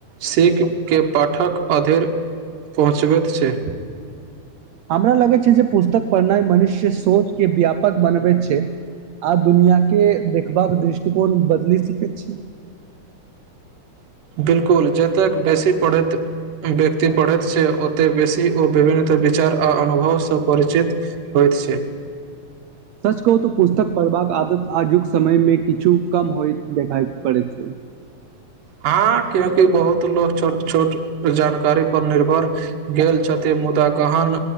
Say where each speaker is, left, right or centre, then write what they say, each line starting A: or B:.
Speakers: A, on the right (about 90°); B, on the right (about 70°).
A: सीखके पाठक अधरि पहुँचबैत छै
B: हमरा लगै छै जे पुस्तक पढ़नाइ मनुष्य सोच के व्यापक बनबैत छै आ दुनिआँके देखबाक दृष्टिकोण बदलि सकैत छी
A: बिलकुल जतेक वैसी पढ़ैत व्यक्ति पढ़ैत छै ओते बेसी ओ विभिन्न त विचार आ अनुभव से परिचित होय से
B: सच कहू तऽ पुस्तक पढ़बाक आदत आजुक समय मे किछु कम होय देखाइ पड़ैत छै
A: हँ क्याकि बहुत लो छोट छोट जानकारी पर निर्भर गेल छथि मुदा गहन